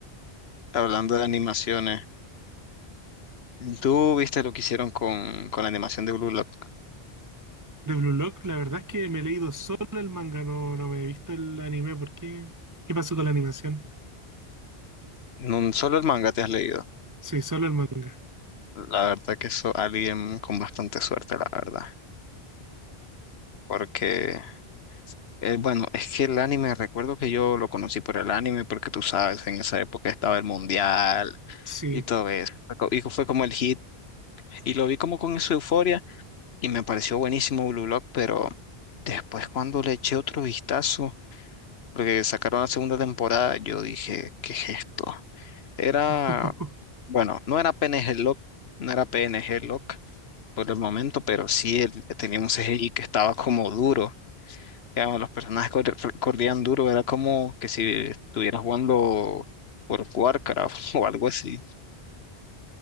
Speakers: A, on the left; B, on the right.
A: hablando de animaciones, tú viste lo que hicieron con, con la animación de Blue Lock.
B: De Blue Lock, la verdad es que me he leído solo el manga, no, no me he visto el anime, ¿por qué? ¿Qué pasó con la animación?
A: No solo el manga te has leído.
B: Sí, solo el manga.
A: La verdad que eso alguien con bastante suerte, la verdad. Porque, eh, bueno, es que el anime, recuerdo que yo lo conocí por el anime, porque tú sabes, en esa época estaba el mundial
B: Sí.
A: y todo eso. Y fue como el hit. Y lo vi como con esa euforia. y me pareció buenísimo Blue Lock, pero después cuando le eché otro vistazo, porque sacaron la segunda temporada, yo dije, ¿qué es esto? Era,
B: <laughs>
A: bueno, no era P N G Lock, no era P N G Lock por el momento, pero sí el- tenía un CGI que estaba como duro. Digamos, los personajes corre- corrían duro, era como que si estuviera jugando por Warcraft <laughs> o algo así.